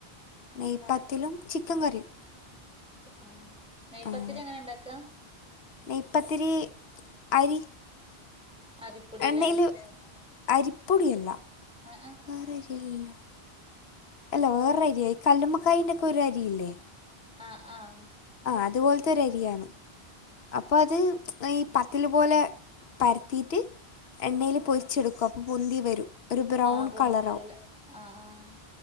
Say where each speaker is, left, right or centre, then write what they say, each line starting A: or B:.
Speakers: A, on the left; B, in the centre.
A: നെയ്പത്തിലും ചിക്കൻ കറിയും
B: ആ നെയ്പത്തിരി
A: ആഹ്
B: അങ്ങനെണ്ടാക്ക
A: നെയ്പ്പത്തിരി അരി
B: അരിപ്പൊടില്ലേ
A: എണ്ണയില് അരിപ്പൊടിയല്ല
B: ആഹ്
A: വേറെ അരിയല്ലല്ലോ അല്ല വേറൊരു അരിയായികല്ലുമ്മക്കായിൻ്റൊക്കെ ഒരു അരിയില്ലേ
B: ആ ആ
A: അതുപോലത്തോരു അരിയാണ് അപ്പൊ അത് ഈ പത്തിൽ പോലെ പരത്തീട്ട് എണ്ണയിൽ പൊരിച്ചെടുക്കും അപ്പോ പൊന്തി വരും ഒരു ബ്രൗൺ
B: ആ പൊങ്ങി
A: കളറാവും
B: വരൂല ആ ആഹ്